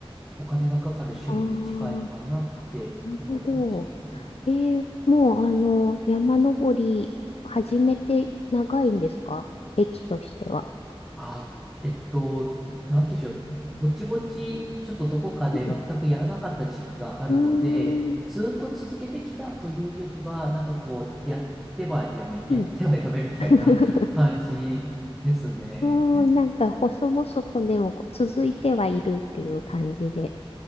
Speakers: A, in the centre; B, on the left.
A: お金がかかる趣味に近いのかなって思ったりしていて。
B: ああ、なるほど。ええ、もうあの、山登り始めて長いんですか歴としては。
A: あ、えっと、なんていうんでしょう。ぼちぼち、ちょっとどこかで全くやらなかった時期があるので、
B: うん。うーん。
A: ずっと続けてきたというよりは、なんかこう、やってはやめ、
B: うん。
A: やってはやめみたいな
B: <laughs>
A: <laughs> 感じですね。
B: もうなんか細々とでもこう続いてはいるっていう感じで、